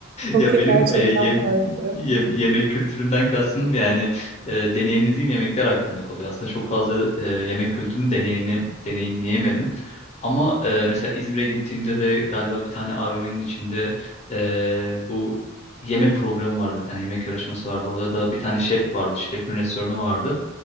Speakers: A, on the right; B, on the left.
A: Tokyo
B: Ya benim
A: gerçekten
B: e, yem-
A: farklı.
B: yem- yemek kültürümden kastım yani e, deneyimlediğim yemekler aklımda kalıyor. Aslında çok fazla e, yemek kültürünü deneyimle, deneyimleyemedim. Ama e, mesela İzmir'e gittiğimde de galiba bir tane AVM'nin içinde e, bu yemek programı vardı. Bir tane yemek yarışması vardı. Orada da bir tane şef vardı. Şefin restoranı vardı.